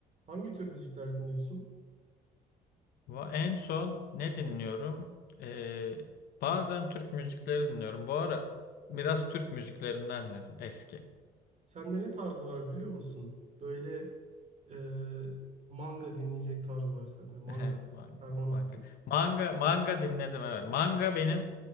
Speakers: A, on the right (about 40°); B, on the left (about 65°).
A: Hangi tür müzikler dinliyorsun?
B: Va- En son ne dinliyorum? Ee, bazen Türk müzikleri dinliyorum. Bu ara biraz Türk müziklerinden dinledim eski.
A: Sende ne tarzı var biliyor musun? Böyle e, manga dinleyecek tarz var sende. Manga.
B: <laughs> Manga,
A: Ferman Akgül.
B: manga. Manga, manga dinledim evet. Manga benim